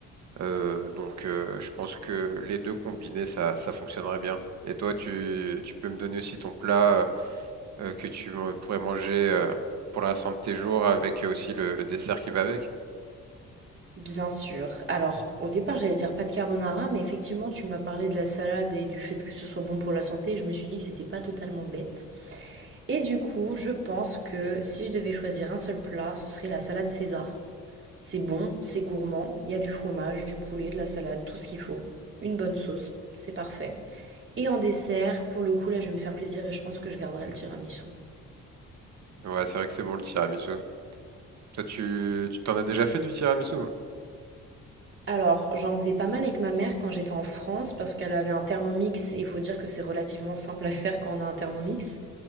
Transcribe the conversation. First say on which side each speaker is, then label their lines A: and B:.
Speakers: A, on the right; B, on the right.
A: Euh, donc, euh, je pense que les deux combinés, ça, ça fonctionnerait bien. Et toi, tu, tu peux me donner aussi ton plat euh, euh, que tu euh, pourrais manger euh, pour le restant de tes jours, avec euh, aussi le, le dessert qui va avec.
B: bien sûr. Alors, au départ, j'allais dire pas de carbonara, mais effectivement, tu m'as parlé de la salade et du fait que ce soit bon pour la santé, et je me suis dit que c'était pas totalement bête. Et du coup, je pense que si je devais choisir un seul plat, ce serait la salade César. C'est bon, c'est gourmand, il y a du fromage, du poulet, de la salade, tout ce qu'il faut. Une bonne sauce, c'est parfait. Et en dessert, pour le coup, là, je vais me faire plaisir et je pense que je garderai le tiramisu.
A: Ouais, c'est vrai que c'est bon le tiramisu. Toi, tu, tu t'en as déjà fait du tiramisu?
B: Alors, j'en faisais pas mal avec ma mère quand j'étais en France parce qu'elle avait un Thermomix et il faut dire que c'est relativement simple à faire quand on a un Thermomix.